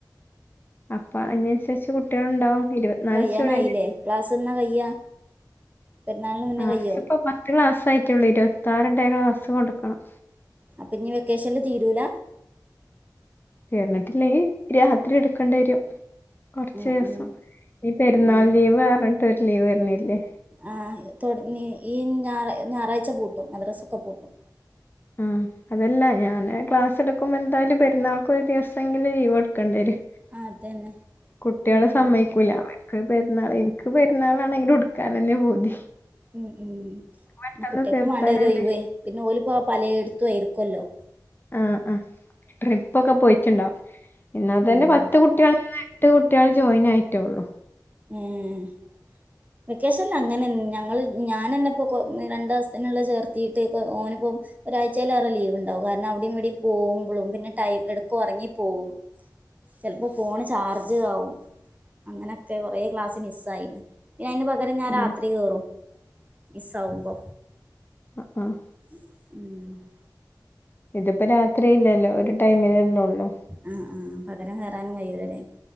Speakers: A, on the left (about 30°); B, on the right (about 20°).
A: അപ്പൊ അതിനനുസരിച്ച് കുട്ടികള് ഉണ്ടാവും ഇരുപത്തിനാല്
B: കഴിയാനായില്ലേ
A: സ്റ്റുഡ
B: ക്ലാസ് എന്നാ കഴിയാ പെരുന്നാളിന് മുന്നേ
A: ക്ലാസ്
B: കഴിയോ
A: ഇപ്പൊ പത്ത് ക്ലാസ് ആയിട്ടുള്ളൂ ഇരുപത്താറിന്റെ ക്ലാസ് കൊടുക്കണം
B: അപ്പൊ ഇനി വെക്കേഷനിൽ തീരൂല
A: തീർന്നിട്ടില്ലെങ്കിൽ രാത്രി എടുക്കേണ്ടി വരും കുറച്ച്
B: ഉം
A: ദിവസം
B: ഉം
A: ഈ പെരുന്നാൾ
B: ഉം
A: ലീവ് പറഞ്ഞിട്ട് ഒരു ലീവ് വരണില്ലേ
B: ആഹ് തൊ ഈ ഞാ ഞായറാഴ്ച പൂട്ടും മദ്രസൊക്കെ പൂട്ടും
A: ആഹ് അതല്ല ഞാന് ക്ലാസ് എടുക്കുമ്പോ എന്തായാലും പെരുന്നാൾക്ക് ഒരു ദിവസമെങ്കിലും ലീവ് എടുക്കേണ്ടി വരും
B: അതന്നെ
A: കുട്ടിയോള്
B: ഉം
A: സമ്മതിക്കൂല അവ എക്ക് പെരുന്നാൾ എനിക്ക് പെരാളാണെങ്കിൽ ഉടുക്കാൻ തന്നെ പൂതി
B: ഉം ഉം
A: പെട്ടെന്ന്
B: കുട്ടിയോക്കും
A: തീർത്താലല്ലേ
B: വേണ്ടേ ഒരു ഇതേ പിന്നെ ഓല് ഇപ്പൊ പലേ എടുത്തും ആയിരിക്കൂല്ലോ
A: ആഹ് ആഹ് ട്രിപ്പ്‌ ഒക്കെ പോയിട്ടുണ്ടാവും എന്നാൽ തന്നെ
B: ഉം
A: പത്ത് കു ട്ടികളെ അടുത്ത കുട്ടികൾ ജോയിൻ ആയിട്ടുള്ളൂ
B: ഉം വെക്കേഷനലിൽ അങ്ങനെ ഞങ്ങൾ ഞാ തന്നെപ്പോൾ രണ്ട് ദിവസത്തിനുള്ള ചേർത്തിയിട്ട് ഓനിപ്പോൾ ഒരാഴ്ചയിലേറെ ലീവ് ഉണ്ടാകും കാരണം അവിടെയും ഇവിടെയും പോകുമ്പോഴും പിന്നെ ടൈം എടക്ക് ഉറങ്ങി പോകും ചിലപ്പോൾ ഫോണ് ചാർജ് ആവും അങ്ങനെ കൊറേ ക്ലാസ്സ് മിസായി പിന്നെ അതിന് പകരം ഞാൻ
A: ഉം
B: രാത്രി കേറും മിസ്സ്‌ ആവുമ്പോ
A: ആഹ് ആഹ്
B: ഉം
A: ഇതിപ്പോ രാത്രി ഇല്ലല്ലോ ഒരു ടൈമിലല്ലേ ഉള്ളൂ
B: ഉം ഉം പകരം കയറാനും കഴിയൂല്ല അല്ലേ